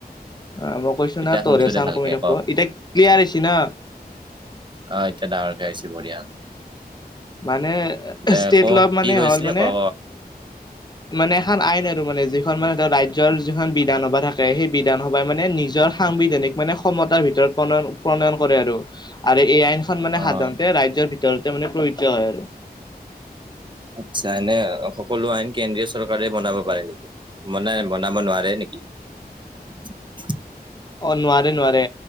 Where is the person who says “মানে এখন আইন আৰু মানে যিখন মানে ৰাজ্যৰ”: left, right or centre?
Left